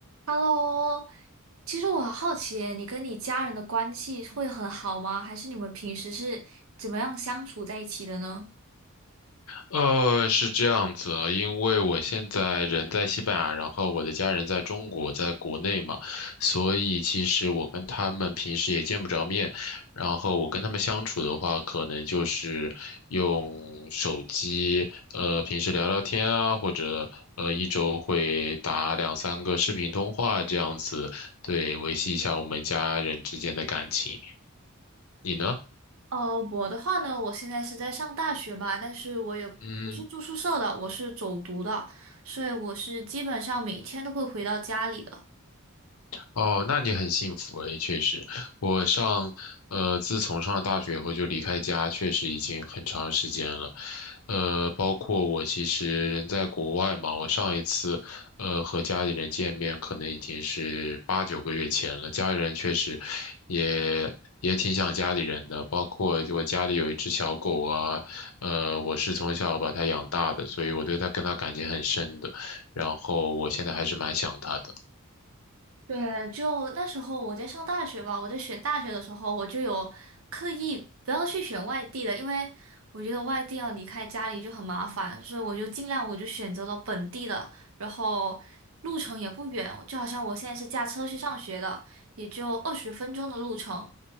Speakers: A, on the right; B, on the left.
A: Hello，其实我很好奇耶你跟你家人的关系会很好吗？还是你们平时是怎么样相处在一起的呢？
B: 呃，是这样子啊因为我现在人在西班牙，然后我的家人在中国，在国内嘛，所以其实我跟他们平时也见不着面，然后我跟他们相处的话，可能就是用手机，呃，平时聊聊天啊，或者呃，一周会打两三个视频通话这样子，对，维系一下我们家人之间的感情。你呢？
A: 呃，我的话呢，我现在是在上大学吧，但是我也不是住宿舍的，
B: 嗯。
A: 我是走读的，所以我是基本上每天都会回到家里的。
B: 哦，那你很幸福诶，确实，我上，呃，自从上了大学以后就离开家，确实已经很长时间了，呃，包括我其实人在国外嘛，我上一次，呃，和家里人见面可能已经是八九个月前了，家里人确实也也挺想家里人的，包括我家里有一只小狗啊，呃，我是从小把它养大的，所以我对它跟它感情很深的，然后我现在还是蛮想它的，
A: 对，就那时候我在上大学吧，我在选大学的时候，我就有刻意不要去选外地的，因为我觉得外地要离开家里就很麻烦，所以我就尽量我就选择了本地的，然后路程也不远，就好像我现在是驾车去上学的，也就二十分钟的路程，